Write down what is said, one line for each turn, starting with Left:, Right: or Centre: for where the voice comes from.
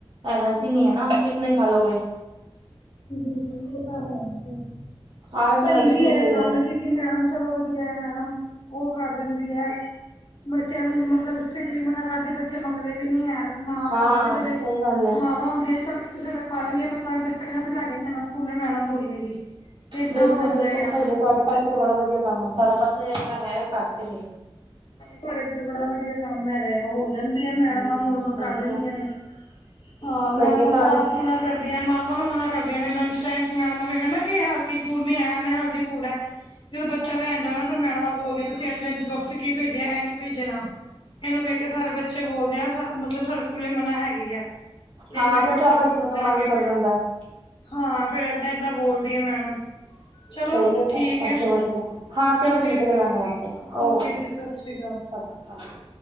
Right: ਏ ਹੈਲਥਦੀ ਨਹੀਂ ਹੈ ਨਾ ਕਿਤਨੇ ਖਾ ਲੋੋਗੇ।
Left: ਬਿਲਕੁਲ ਉਹ ਤਾਂ ਹੈ ਹੀ ਐ,
Right: ਆਲਾ ਤਾਂ
Left: ਭਾਈ
Right: ਹੈਲਦੀ
Left: ਵੀ
Right: ਫੂਡ
Left: ਇਹ
Right: ਸਹੀ
Left: ਗੱਲ
Right: ਹੈ
Left: ਕਿ- ਕਿਵੇਂ ਆਨਾ ਚਲੋ ਵਧੀਆ ਹੈ ਮੈਡਮ ਉ ਕਰ ਦਿੰਦੀ ਹੈ, ਬੱਚਿਆਂ ਨੂੰ ਮਤਲਬ- ਫਿਕਲੀ ਮਨਾ ਕਰਦੇ ਬੱਚੇ ਮੰਗਦੇ ਵੀ ਨੀ ਐ ਮਾਂ
Right: ਹਾਂ
Left: ਪਾ ਵੀ ਦੇਵੇ
Right: ਸਹੀ ਗੱਲ ਹੈ
Left: ਮਾਵਾਂ ਹੁੰਦੀਆਂ ਚੱਲ ਕਿਸੇ- ਪਾਵੇਂ ਬੱਚਾ ਕਹਿੰ ਅਸੀਂ ਲੈ ਕੇ ਜਾਨਾ ਸਕੂਲੇ ਮੈਡਮ ਬੋਲੇਗੀ। ਏਦਾਂ
Right: ਬਿਲਕੁਲ-
Left: ਹੋ ਜਾਂਦਾ
Right: ਬਿਲਕੁਲ ਸਕੂਲੇ
Left: ਆ।
Right: ਤੁਹਾਡੇ ਪਾਸੇ ਤਾਂ ਬੜਾ ਵਧੀਆ ਕੰਮ ਹੈ, ਸਾਡੇ ਪਾਸੇ ਐਸਾ ਹੈ ਕਟ ਐ ਲੇ-
Left: ਤੁਹਾਡੇ ਇੱਧਰ ਬੜਾ ਵਧੀਆ ਕੰਮ ਹੈਗਾ ਹੋ। ਜਾਂਦੀ ਆ ਮੈਡਮਾਂ-
Right: ਜੀ
Left: ਮੂੜਮਾਂ
Right: ਜੀ ਸਹੀ
Left: ਕਰ ਦਿੰਦੀਆਂ
Right: ਹੈ।
Left: ਨੇ, ਹਾਂ
Right: ਸਹੀ
Left: ਮੈਡਮਾਂ
Right: ਹੈ ਤੁਹਾਡੇ
Left: ਸਾਫ਼ ਮਨਾ। ਕਰਦੀਆਂ ਮਾਵਾਂ ਨੂੰ ਮਨਾ ਕਰਦੀਆਂ ਨੇ ਲੰਚ ਟਾਈਮ ਚ ਮੈਡਮ ਦੇਖ ਨਾ ਕਿ ਹੈਲਥੀ ਫੂਡ ਨੀ ਆਆ ਨਾ ਹੈਲਥੀ ਫੂਡ ਐ। ਜਦੋਂ ਬੱਚਾ ਲੈਣ ਜਾਓਣਾ ਨਾ ਮੈਡਮਾਂ ਬੋਲਦੇ ਤੁਸੀਂ ਅੱਜ ਲੰਚ ਬੁੱਕਸ ਕੀ ਭੇਜਿਆ ਇਹਂ ਨੀ ਭੇਜਨਾ। ਇਹਨੂੰ ਵੇਖ ਕੇ ਸਾਰੇ ਬੱਚੇ ਬੋਲਦੇ ਆ ਮਤਲਬ ਸਾਡੇ ਸਕੂਲੇ ਮਨਾ ਹੈਗੀ ਹੈ।
Right: ਹਾਂ
Left: ਇੱਕ ਵਾਰੀ
Right: ਫਿਰ
Left: ਵਟਸਪ
Right: ਸਭ ਬੱਚਿਆਂ
Left: ਗਰੁੱਪ
Right: ਦਾ
Left: ਜਾ
Right: ਮਨ
Left: ਕੇ
Right: ਕਰ
Left: ਪੜੋ
Right: ਜਾਂਦਾ ਹੈ।
Left: ਹਾਂ ਫੇਰ ਏਦਾਂ- ਏਦਾਂ ਬੋਲਦੀ ਆ ਮੈਡਮ। ਚਲੋ
Right: ਸਹੀ ਹੈ
Left: ਠੀਕ
Right: ਤੁਹਾਡੇ ਪਾਸੇ ਵਧੀਆ, ਹਾਂ ਚਲੋ
Left: ਮੈਂ
Right: ਠੀਕ
Left: ਫੇਰ
Right: ਹੈ ਲਗਾਨੀ
Left: ਕਰਾਂਗੀ
Right: ਆ ਫੇਰ। ਓਕੇ
Left: ਜੀ
Right: ਸਾਸ
Left: ਸਤਿ ਸ਼੍ਰੀ ਅਕਾਲ।
Right: ਸ੍ਰੀ ਕਾਲ ਜੀ।